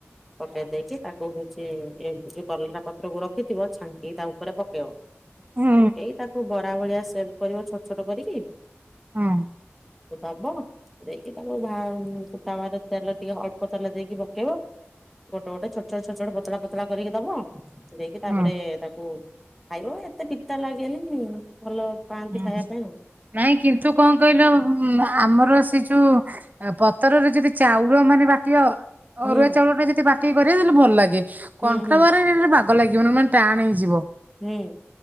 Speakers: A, in the centre; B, on the right (about 40°).
A: ପକେଇ ଦେଇକି। ତାକୁ ହଉଛି ଏ ଯୋଉ କଲରା ପତ୍ରକୁ ରଖିଥିବ ଛାଙ୍କିକି ତା ଉପରେ ପକେଇବ।
B: ହୁଁ
A: ପକେଇ ତାକୁ ବରା ଭଳିଆ ସେପ କରିବ ଛୋଟ ଛୋଟ କରିକି।
B: ହଁ।
A: ଦବ। ଦେଇକି ତାକୁ ଭା ଉଁ ସେ ତାୱାରେ ତେଲ ଟିକେ ଅଳ୍ପ ତେଲ ଦେଇକି ପକେଇବ। ଗୋଟେ ଗୋଟେ ଛୋଟ ଛୋଟ ଛୋଟ ଛୋଟ ପତଳା ପତଳା କରିକି ଦବ ଦେଇକି ତାପରେ
B: ହୁଁ
A: ତାକୁ। ଖାଇବ ଏତେ ପିତା ଲାଗେନି ଭଲ ପାଆନ୍ତି
B: ହୁଁ
A: ଖାଇବା ପାଇଁ ଆଉ।
B: ନାଇଁ କିନ୍ତୁ କଣ କହିଲ ଉଁ ଆମର ସେ ଯୋଉ। ଆ ପତରରେ ଯଦି ଚାଉଳ ମାନେ ବାଟିବା ଅ
A: ହୁଁ
B: ଅରୁଆ ଚାଉଳ ଟା ଯଦି ବାଟିକି କରିବ ତାହେଲେ ଭଲ ଲାଗେ କନଫ୍ଲାୱାର
A: ହୁଁ ହୁଁ
B: ରେ ରେ ରେ ବା ବାଗ ଲାଗିବନି ମାନ ଟାଣ ହେଇଯିବ।
A: ହୁଁ